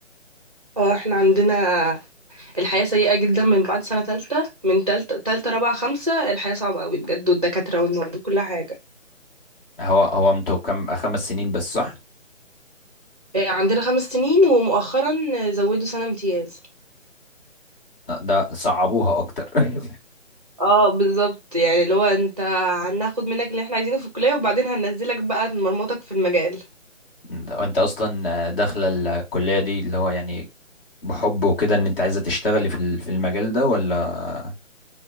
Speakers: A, on the right; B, on the left.
A: اه احنا عندنا الحياة سيئة جدا من بعد سنة تالتة من تالتة تالتة رابعة خمسة الحياة صعبة قوي بجد والدكاترة والمواد وكل حاجة
B: هو هو انتوا كم خمس سنين بس صح
A: آه، عندنا خمس سنين ومؤخرا زودوا سنة امتياز
B: لا، ده صعبوها اكتر <laughs>
A: اه بالظبط يعني اللي هو انت هناخد منك اللي احنا عايزينه في الكلية وبعدين هننزلك بقى مرمطك في المجال
B: ده انت اصلا داخله الكليه دي اللي هو يعني بحب وكده ان انت عايزه تشتغلي في ال- في المجال ده ولا